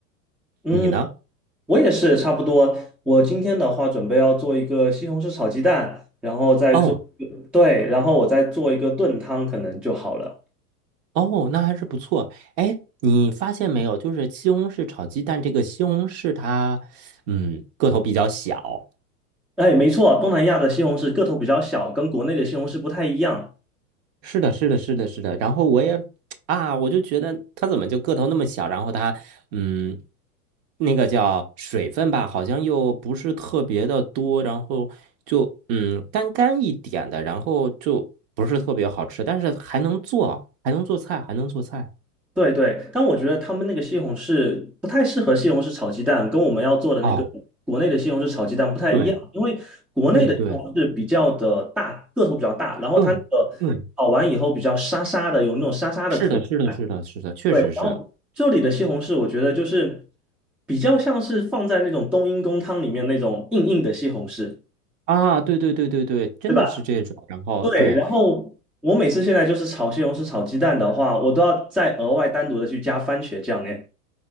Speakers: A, in the centre; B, on the right.
A: 嗯，
B: 你呢？
A: 我也是差不多。我今天的话准备要做一个西红柿炒鸡蛋，然后再做，
B: 哦
A: 对，然后我再做一个炖汤，可能就好了。
B: 哦，那还是不错。哎，你发现没有，就是西红柿炒鸡蛋这个西红柿它，嗯，个头比较小，
A: 哎，没错，东南亚的西红柿个头比较小，跟国内的西红柿不太一样。
B: 是的，是的，是的，是的。然后我也 <tsk> 啊，我就觉得它怎么就个头那么小？然后它，嗯，那个叫水分吧，好像又不是特别的多，然后就嗯干干一点的，然后就不是特别好吃，但是还能做，还能做菜，还能做菜。
A: 对对，但我觉得他们那个西红柿不太适合西红柿炒鸡蛋，跟我们要做的那个国内的西红柿炒鸡蛋不太一样，
B: 哦，对
A: 因为国内的西红柿比较的大，
B: 对对
A: 个头比较大，然后它那个炒完以后比较沙沙的，
B: 对对，
A: 有那种沙沙的口感。
B: 是的，是的，是的，是的，确实是
A: 对，然后这里的西红柿我觉得就是比较像是放在那种冬阴功汤里面那种硬硬的西红柿，
B: 啊，对对对对对，真的是这种。
A: 对吧？
B: 然后对。
A: 对，然后我每次现在就是炒西红柿、炒鸡蛋的话，我都要再额外单独的去加番茄酱。哎，